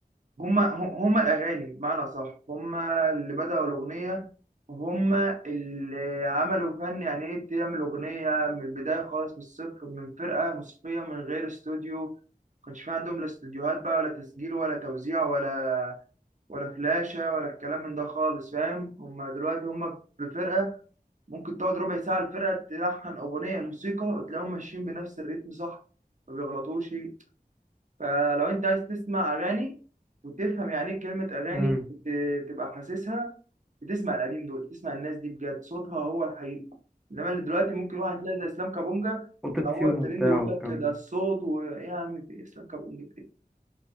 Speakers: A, on the right (about 50°); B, in the centre.
A: هم هم الأغاني بمعنى صح هم اللي بدأوا الأغنية هم اللي عملوا فن يعني إيه تعمل أغنية من البداية خالص من الصفر من فرقة موسيقية من غير استوديو ما كانش في عندهم لا استوديوهات بقى ولا تسجيل ولا توزيع ولا ولا فلاشة ولا الكلام من ده خالص فاهم هما دلوقتي هما بفرقة ممكن تقعد ربع ساعة الفرقة تلحن أغنية الموسيقى وتلاقيهم ماشيين بنفس الريتم صح ما بيغلطوش فلو أنت عايز تسمع أغاني وتفهم يعني إيه كلمة أغاني
B: امم
A: وت- تبقى حاسسها بتسمع القديم دول تسمع الناس دي بجد صوتها هو الحقيقي إنما اللي دلوقتي ممكن واحد تلاقي زي إسلام كابونجا
B: اوتوتيون
A: ما هو الترند
B: وبتاع
A: يقول
B: والكلام
A: لك ده
B: ده
A: الصوت ويعني إسلام كابونجا إيه؟